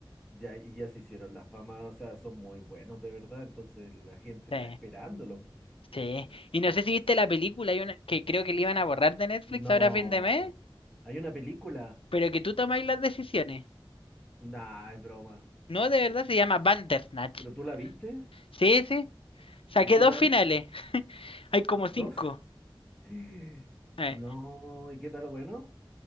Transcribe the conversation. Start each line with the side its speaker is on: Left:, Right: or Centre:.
Centre: Ya, y ya se hicieron la fama, o sea, son muy buenos de verdad, entonces la gente
Left: Sí,
Centre: está esperándolos, po.
Left: sí. Y no sé si viste la película, hay una que creo que le iban a borrar de Netflix
Centre: No,
Left: ahora a fin de mes,
Centre: hay una película.
Left: pero que tú tomáis las decisiones.
Centre: Nah, es broma.
Left: No, de verdad se llama Bandersnatch.
Centre: ¿Pero tú la viste?
Left: Sí, sí. Saqué
Centre: ¿Y qué
Left: dos
Centre: tal?
Left: finales. Hay como
Centre: ¿Dos?
Left: cinco.
Centre: <gasps> <sighs>
Left: Eh,
Centre: No, ¿y qué tal? Bueno,